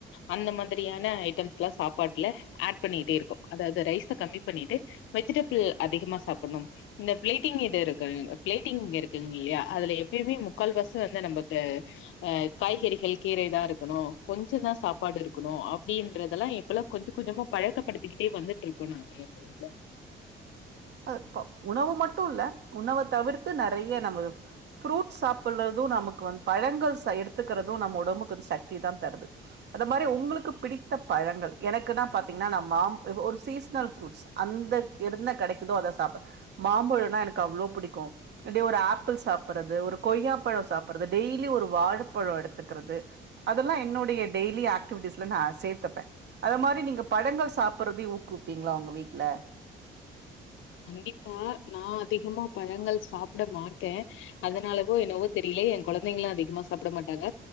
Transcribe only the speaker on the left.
அந்த மாதிரியான ஐட்டம்ஸ் எல்லாம் சாப்பாட்டுல ஆட் பண்ணிட்டே இருக்கம் அதாவது ரைஸை கம்மி பண்ணிட்டு வெஜிடபிள் அதிகமா சாப்பிடணும் இந்த பிளேட்டிங் இது இருக்கு பிளேட்டிங் இருக்குங் இல்லையா அதுல எப்பயுமே முக்கால்வாச வந்து நமக்கு அஹ் காய்கறிகள் கீரை தான் இருக்கணும் கொஞ்ச தான் சாப்பாடு இருக்கணும் அப்படின்றதெல்லாம் இப்பெல்லாம் கொஞ்சம் கொஞ்சமா பழக்கப்படுத்திக்கிட்டே வந்துட்டு இருக்கோம் நாங்க எங்க வீட்ல
கண்டிப்பா நான் அதிகமா பழங்கள் சாப்பிட மாட்டேன் அதனாலவோ என்னவோ தெரியல என் குழந்தைங்களும் அதிகமா சாப்பிட மாட்டாங்க